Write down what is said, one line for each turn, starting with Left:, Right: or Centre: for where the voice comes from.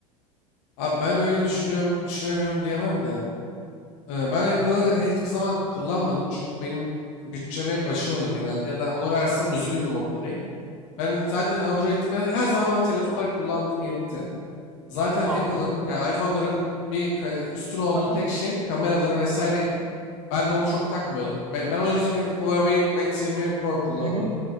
Left: Abi ben öyle düşünüyorum, düşünemiyorum diyemem de. Ee, ben Apple'ı hiçbir zaman kullanmadım. Çünkü benim bütçemi hep aşıyor onu genelde. Ya da onu versem üzülürdüm o parayı. Ben zaten Android'de ben her zaman bana telefonlar kullandığım yetti. Zaten
Right: Anladım.
Left: Apple'ın yani iPhone'ların bir ka- üstün olduğu
Right: Aha,
Left: tek şey kameraları vesaireydi. Ben de onu çok takmıyordum. Ben, ben o yüzden hep Huawei Mate 20 Pro kullandım.
Right: hı hı.